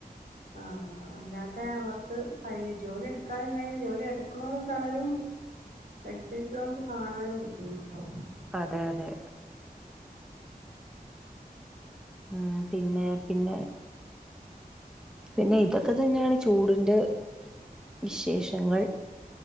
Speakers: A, on the right (about 70°); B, in the centre.
A: ആഹ് ആഹ് അല്ലാതെ അവർക്ക് കഴി ജോലി എടുക്കാനും കഴിയും ജോലി എടുക്കണോരും തളരും <unintelligible> കാണാനും ബുദ്ധിമുട്ടാാവും
B: അതെ അതെ ഉം പിന്നെ പിന്നെ പിന്നെ ഇതൊക്കെ തന്നെയാണ് ചൂടിന്റെ വിശേഷങ്ങൾ